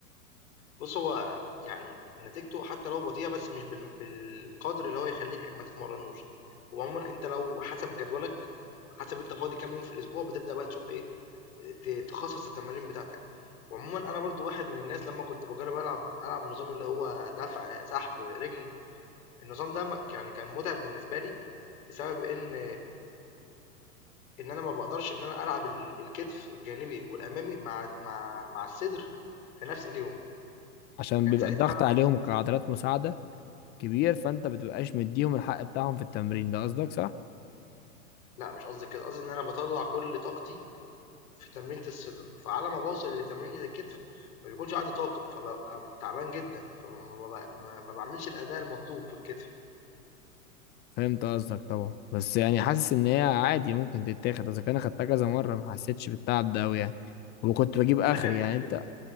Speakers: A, on the left; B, on the left.
A: بص هو يعني نتيجته حتى لو بطيئة بس مش بال- بالقدر اللي هو يخليك ما تتمرنوش وعموما أنت لو حسب جدولك حسب أنت فاضي كام يوم في الأسبوع بتبدأ بقى تشوف إيه ت- تخصص التمارين بتاعتك وعموما أنا برضو واحد من الناس لما كنت بجرب ألعب ألعب نظام اللي هو دفع سحب رجل النظام ده ما- يعني كان متعب بالنسبة لي بسبب ان إن أنا ما باقدرش إن أنا ألعب ال الكتف الجانبي والأمامي مع مع مع الصدر في نفس اليوم،
B: عشان
A: فكان
B: بيبقى
A: ساعتها
B: الضغط عليهم كعضلات مساعدة كبير فأنت بتبقاش مديهم الحق بتاعهم في التمرين ده قصدك صح؟
A: لأ مش قصدي كده، قصدي إن أنا باطلّع كل طاقتي في تمرينة الصدر، فعلى ما باوصل لتمرينة الكتف ما بيكونش عندي طاقة، فبابقى تعبان جدًا، فما ب ما ما باعملش الأداء المطلوب في الكتف،
B: فهمت قصدك طبعا بس يعني حاسس إن هي عادي ممكن تتاخد إذا كان أخدتها كذا مرة ما حسيتش بالتعب ده أوي يعني وكنت بجيب آخر
A: عارف هي
B: يعني
A: بتفرق
B: أنت